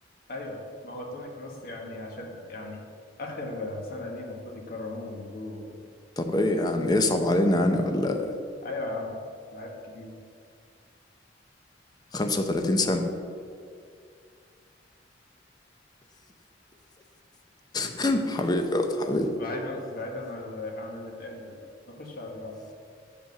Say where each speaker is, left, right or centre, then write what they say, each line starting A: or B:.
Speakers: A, on the left; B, on the left.
A: أيوه ما هو توني كروس يعني عشان يعني آخر سنة ليه المفروض يكرموه ويدوه
B: طب ايه يعني يصعب علينا
A: أحسن رقم
B: يعني ولا
A: أيوه يا عم لعيب كبير
B: 35 سنه <laughs> حبيبي يا حبيبي
A: بعيدا بعيدا عن ال- عن اللي اتقال دلوقتي نخش على اللي بعده